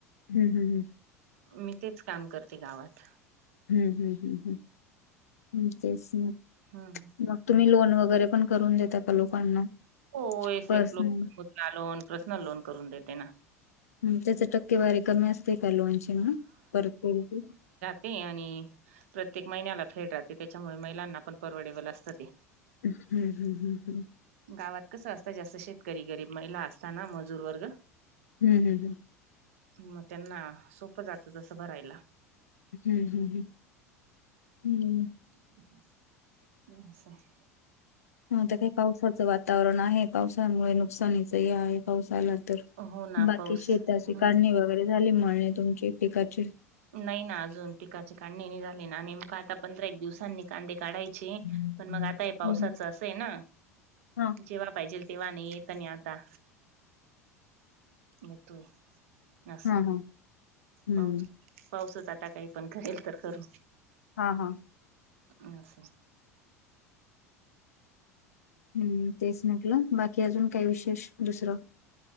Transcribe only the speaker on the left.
हम् हम् ह्.
हम्म हम् हम् हम् हम् तेच ना.
मग तुम्ही लोन वगैरे पण करून देता का लोकांना?
पर्सनल?
ह, त्याच टक्केवारी कमी असते का लोनची मग, परत फेडी ची?
हम्म हम् हम् ह.
हम् हम् हम.
हम्म हम्म हम् हम्म.
आता ते पावसाचं वातावरण आहे, पावसानमुळे नुकसानीच हे आहे. पाऊस आला तर.
बाकी
शेताची
काढणी वगैरे झाली मळणी तुमची पिकाची?
हम्म,
हा,
हा,
हा, हम्म,
हा हा.
हम्म, तेच म्हटलं, बाकी अजून काही विशेष दुसरं?